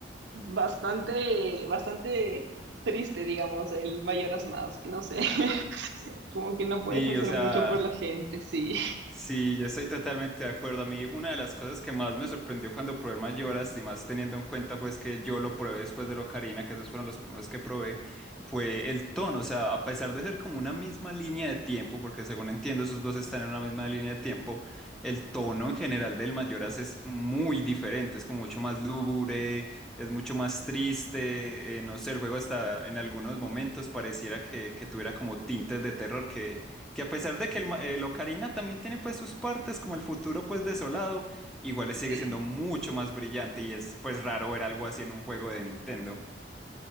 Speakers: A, on the right (about 75°); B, in the centre.
A: bastante, bastante triste, digamos, el mayoras más, no sé, <laughs> como que no puedes
B: Sí,
A: hacer
B: o sea,
A: mucho por la gente, sí,
B: Sí, yo estoy totalmente de acuerdo. A mí una de las cosas que más me sorprendió cuando probé el Mayoras, y más teniendo en cuenta pues que yo lo probé después de Locarina, que esos fueron los primeros que probé, fue el tono. O sea, a pesar de ser como una misma línea de tiempo, porque según entiendo esos dos están en una misma línea de tiempo, el tono en general del Mayoras es muy diferente, es como mucho más lúgubre, es mucho más triste, eh, no sé, el juego hasta en algunos momentos pareciera que, que tuviera como tintes de terror que que a pesar de que el, ma- el Ocarina también tiene pues sus partes como el futuro pues desolado, igual sigue
A: sí,
B: siendo mucho más brillante y es pues raro ver algo así en un juego de Nintendo.